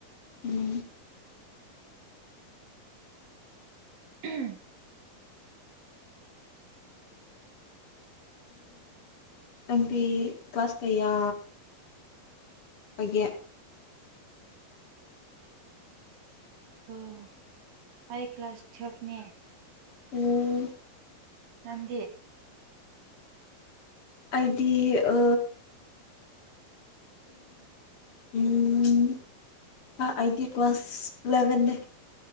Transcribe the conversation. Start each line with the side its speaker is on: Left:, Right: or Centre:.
Left: ꯎꯝ
Right: ꯎꯝ
Left: ꯑꯦꯝ ꯄꯤ ꯀ꯭ꯂꯥꯁ ꯀꯌꯥ ꯑꯩꯒꯤ
Right: ꯑꯣ ꯑꯩꯥꯏ ꯀ꯭ꯂꯥꯁ ꯇꯨꯋꯦꯜꯐꯅꯤ
Left: ꯎꯝ
Right: ꯅꯗꯤ
Left: ꯑꯩꯗꯤ ꯑ ꯎꯝ ꯑꯩꯥꯏ ꯇꯤ ꯀ꯭ꯂꯥꯁ ꯂꯂꯦꯕꯟꯅꯦ